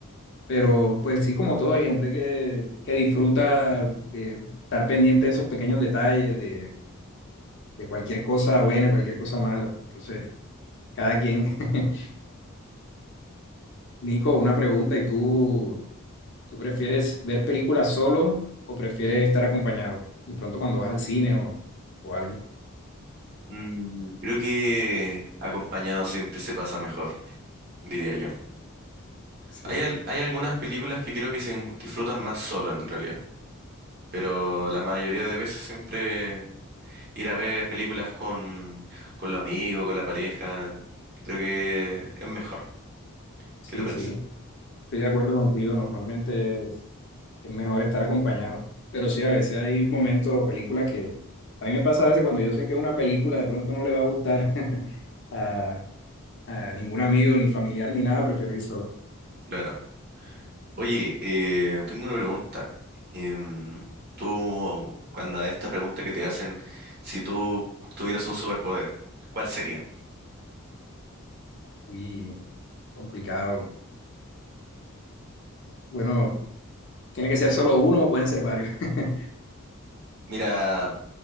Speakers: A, on the left; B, on the right.
A: Pero pues sí, como todo, hay gente que, que disfruta eh, estar pendiente de esos pequeños detalles, de, de cualquier cosa buena, cualquier cosa mala. Entonces, cada quien. <laughs> Nico, una pregunta, ¿y tú, tú prefieres ver películas solo o prefieres estar acompañado? De pronto cuando vas al cine o, o algo.
B: Mm, creo que acompañado siempre se pasa mejor, diría yo.
A: Sí,
B: Hay, al- hay algunas películas que creo que se disfrutan más solo en realidad, pero la mayoría de veces siempre ir a ver películas con, con los amigos, con la pareja, creo que es mejor.
A: sí,
B: ¿Qué te parece?
A: sí. Estoy de acuerdo contigo, normalmente es, es mejor estar acompañado, pero sí, a veces hay momentos o películas que a mí me pasa a veces cuando yo sé que una película de pronto no le va a gustar <laughs> a, a ningún amigo, ni familiar, ni nada, prefiero ir solo.
B: Claro. Oye, eh, tengo una pregunta. Em, tú, cuando a esta pregunta que te hacen, si tú tuvieras un superpoder, ¿cuál sería?
A: muy complicado. Bueno, tiene que ser solo uno o pueden ser varios. <laughs>
B: Mira,